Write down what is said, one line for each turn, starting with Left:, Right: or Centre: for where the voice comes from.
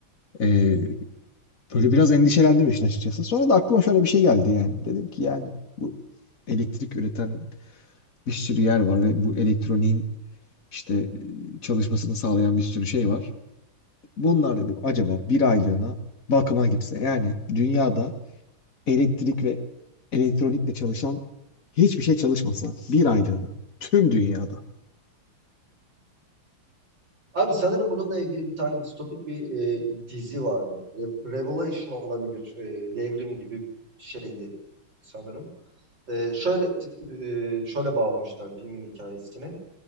Left: E, böyle biraz endişelendim işin açıkçası. Sonra da aklıma şöyle bir şey geldi yani. Dedim ki yani bu elektrik üreten bir sürü yer var ve bu elektroniğin işte e, çalışmasını sağlayan bir sürü şey var. Bunlar dedim acaba bir aylığına bakıma gitse. Yani dünyada elektrik ve elektronikle çalışan hiçbir şey çalışmasa bir aylığına tüm dünyada.
Right: Abi sanırım bununla ilgili bir tane distopik bir e, dizi vardı. Re- Revelation olabilir. E, devrim gibi şeydi sanırım. E, şöyle t- e, şöyle bağlamışlar filmin hikayesini.